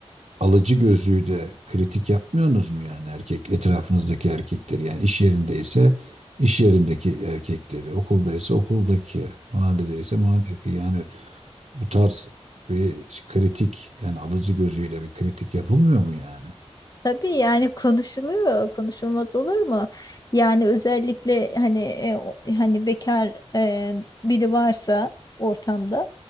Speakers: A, on the right; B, on the left.
A: alıcı gözüyle kritik yapmıyorsunuz mu yani erkek etrafınızdaki erkekleri yani iş yerindeyse iş yerindeki erkekleri, okuldaysa okuldaki, mahalledeyse mahalledeki yani bu tarz bir kritik yani alıcı gözüyle bir kritik yapılmıyor mu yani?
B: Tabii yani konuşuluyor, konuşulmaz olur mu? Yani özellikle hani e, o- hani bekar e, biri varsa ortamda